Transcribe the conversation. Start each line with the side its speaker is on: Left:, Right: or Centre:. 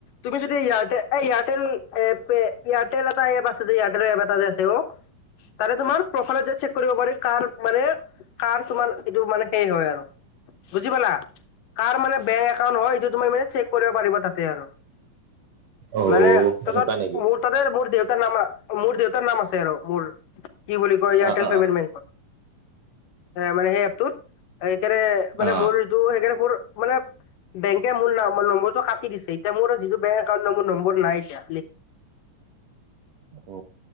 Left: তুমি যদি ইয়াতে এ এয়াৰটেল এ এয়াৰটেল এটা এপ আছে যে এয়াৰটেল এপ এটা যে আছে অ। তাৰে তোমাৰ প্ৰফাইলত যায় চেক কৰিব পাৰি কাৰ মানে কাৰ তোমাৰ কিটো মানে সেই হয় আৰু। বুজি পালা? কাৰ মানে বেংক একাউণ্ট হয় সেইটো তুমি মানে চেক কৰিব পাৰিব তাতে আৰু।
Right: অ
Left: মানে
Right: সেনেকুৱা
Left: তাৰপিছত
Right: নেকি?
Left: মোৰ তাতে মোৰ দেউতাৰ নাম মোৰ দেউতাৰ নাম আছে আৰু মোৰ। কি বুলি কয় এয়াৰটেল
Right: অ অ
Left: পেমেণ্ট বেংকত মানে সেই এপ টোত সেইকাৰণে মানে
Right: অ
Left: মোৰ সেইকাৰণে মোৰ মানে বেংকে মোৰ নাম নাম্বাৰটো কাটি দিছে এতিয়া মোৰ যোনটো বেংক একাউণ্ট টো মোৰ নম্বৰ নাই এতিয়া।
Right: অ